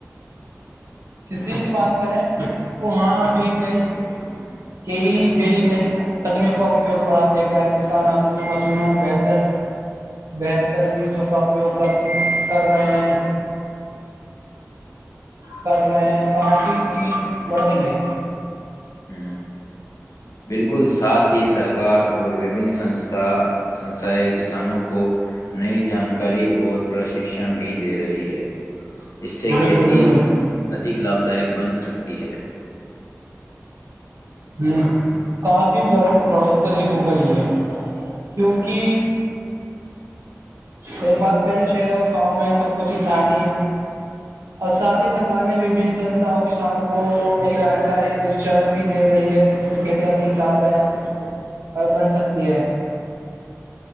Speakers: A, on the right (about 65°); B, on the left (about 80°).
A: کسی کی بات کریں تو وہاں بھی گئی کئی گئی نئی تکنیک کا اپیوگ بڑھا دیا گیا ہے کسان آدنک مشینوں بہتر بہتر بیجوں کا اپیوگ کر کر رہے ہیں کر رہے ہیں کافی چیز بڑھ گئی ہے
B: ہ بالکل ساتھ ہی سرکار اور وبن سستھا سستھایں کسانوں کو نئی جانکاری اور پرشکشن بھی دے رہی ہے اس سے
A: بالکل
B: کھیتی
A: بالکل
B: ادھک لابھدائک بن سکتی ہے
A: ہ کافی ب بڑھوتری ہو گئی ہے کیونکہ سی بات پہلے شہر اور گاؤں میں سب کچھ ہی تھا نہیں اور ساتھ ہی سرکار نے وبن سستھا کسانوں کو نئی جانکاری پرکشن بھی دے رہی ہے اس میں کھیتی آد لابھ داک بن سکتی ہے